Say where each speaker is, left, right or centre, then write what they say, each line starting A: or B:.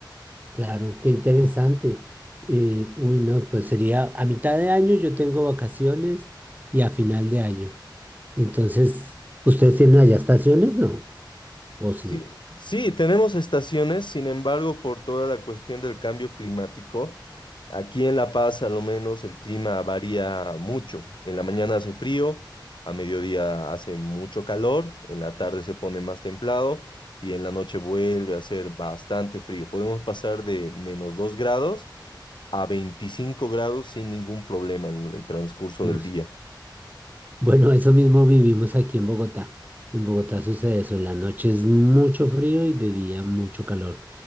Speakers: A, on the right (about 20°); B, on the left (about 75°).
A: claro, qué interesante. Eh, uy, no, pues sería a mitad de año yo tengo vacaciones y a final de año. Entonces, ¿ustedes tienen allá estaciones? No, o sí.
B: Sí, sí, tenemos estaciones, sin embargo, por toda la cuestión del cambio climático, aquí en La Paz, a lo menos, el clima varía mucho. En la mañana hace frío, a mediodía hace mucho calor, en la tarde se pone más templado y en la noche vuelve a hacer bastante frío. Podemos pasar de menos 2 grados a 25 grados sin ningún problema en el transcurso
A: No
B: del
A: sé.
B: día.
A: Bueno, eso mismo vivimos aquí en Bogotá. En Bogotá sucede eso, en la noche es mucho frío y de día mucho calor.